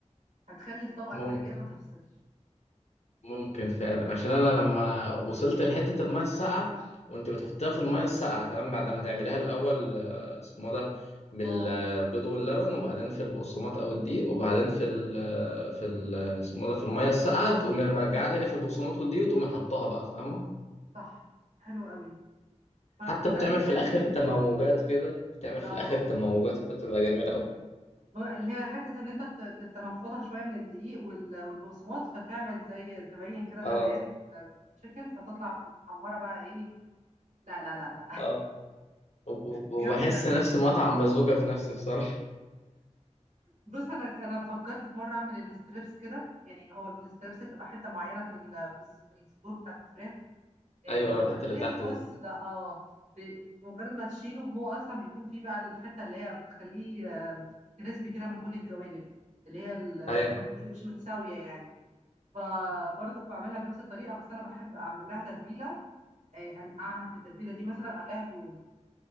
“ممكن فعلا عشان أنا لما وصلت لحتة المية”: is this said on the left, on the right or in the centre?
Left